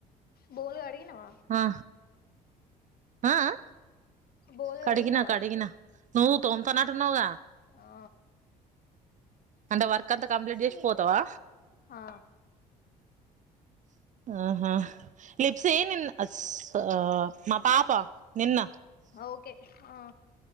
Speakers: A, on the left (about 50°); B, on the right (about 40°).
A: బోలు గడిగినవా?
B: ఆ ఆ ఆ
A: బోలు
B: కడిగిన
A: కడిగినవా
B: కడిగిన నువ్వు తోంత నట్టున్నావ్ గా
A: ఆ
B: అంటే వర్క్ అంతా కంప్లీట్ జేసి పోతవా?
A: హా
B: ఆహా లిప్సి నిన్న అస్ ఆ మా పాప నిన్న
A: ఓకే ఆ